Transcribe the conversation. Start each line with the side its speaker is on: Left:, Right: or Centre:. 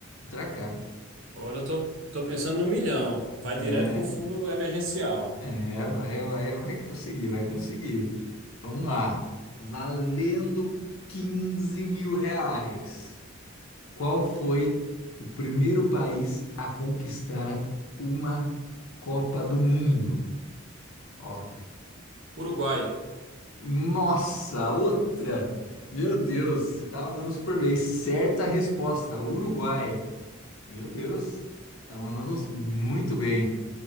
Left: Tá craque.
Right: Agora eu tô, tô pensando no milhão. Vai direto
Left: É,
Right: pro fundo emergencial.
Left: é, vai, vai, vai conseguir, vai conseguir. Vamos lá. Valendo quinze mil reais. Qual foi o primeiro país a conquistar uma Copa do Mundo? Ó,
Right: Uruguai.
Left: nossa, outra! Meu Deus, você tá mandando super bem. Certa resposta, Uruguai. Meu Deus, tá mandando muito bem.